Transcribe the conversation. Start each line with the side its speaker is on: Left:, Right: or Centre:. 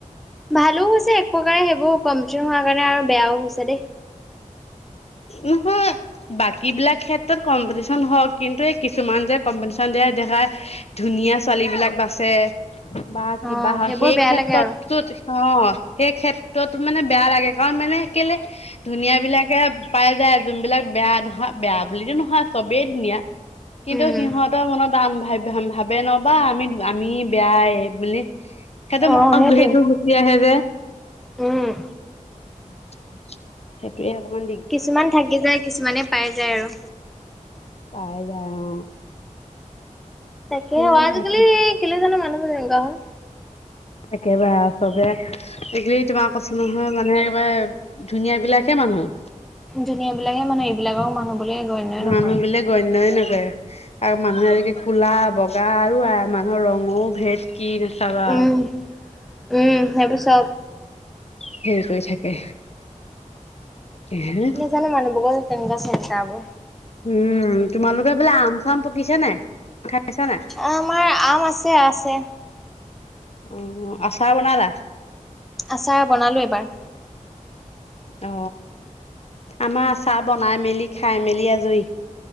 Centre: ভালো হৈছে এক প্ৰকাৰে সেইবোৰ কম্পিটিশ হোৱাৰ কাৰণে আৰু বেয়াও হৈছে দেই।
Left: নহয় বাকী বিলাক ক্ষেত্ৰত কম্পিটিচন হওক কিন্তু এই কিছুমান যে কম্পিটিচন দিয়া দেখা ধুনীয়া ছোৱালী বিলাক বাচে বা কিবা
Centre: অ',
Left: হয়,
Centre: সেইবোৰ
Left: সেই
Centre: বেয়া
Left: ক্ষেত্ৰতটো
Centre: লাগে আৰু।
Left: অঁ সেই ক্ষেত্ৰত মানে বেয়া লাগে, কাৰণ মানে কেলে ধুনীয়া বিলাকে পাই যায়, যোনবিলাক বেয়া ধৰা বেয়া বুলিতো নহয় চবেই ধুনীয়া <inaudible> কিন্তু
Centre: উম।
Left: সিহঁতৰ মনত দান ভ' ভাবে নবা আমি আমি বেয়াই বুলি, সেইহটো
Centre: অ
Left: মনত
Centre: সেইটোৱে।
Left: হেটো গুচি আহে যে
Centre: উম
Left: <inaudible> সেইটোয়ে অকণমান
Centre: কিছুমান থাকি যায়। কিছুমানে পাই যায় আৰু।
Left: পাই যায় অ।
Centre: তাকে
Left: সেই
Centre: অ' আজিকালি
Left: তাকে
Centre: কেলে জানো মানুহবোৰে গ <unintelligible>
Left: একেবাৰে আও চবে এইগিলি তোমাৰ কচো নহয় মানে একেবাৰে ধুনীয়া বিলাকহে মানুহ।
Centre: ধুনীয়া বিলাকহে মানুহ। এইবিলাক আও মানুহ বুলি গণ্যই
Left: মানুহ
Centre: নকৰে।
Left: বুলি গণ্যই নকৰে আৰু মানুহে আজিকালি বগা অ' আই মানুহৰ ৰঙো ভেদ কি চাবা
Centre: উম
Left: আও
Centre: উম। সেইবোৰ চব।
Left: হেৰি কৰি থাকে হে
Centre: কি জানো মানু বগত তেনেক চিন্তাবো
Left: উম তোমালোকে বোলে আম-চাম পকিছে নাই? খাইছা নাই?
Centre: আমাৰ আম আছে। আছে।
Left: অ আচাৰ বনালা?
Centre: আচাৰ বনালো এবাৰ।
Left: অ। আমাৰ আচাৰ বনাই মেলি খাই- মেলি আজৰি।